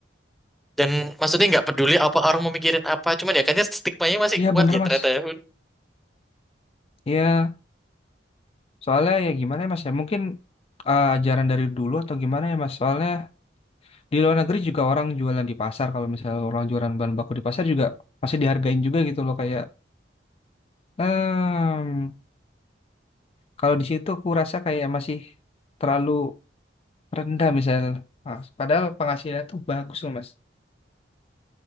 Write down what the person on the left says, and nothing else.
iya
bener
mas.
Iya, soalnya ya gimana ya mas ya, mungkin eh, ajaran dari dulu atau gimana ya mas. Soalnya di luar negeri juga orang jualan di pasar, kalau misalnya orang jualan bahan baku di pasar juga masih dihargain juga gitu loh kayak. emm kalau di situ aku rasa kayak masih terlalu rendah misalnya. Mas. Padahal penghasilannya tuh bagus loh mas.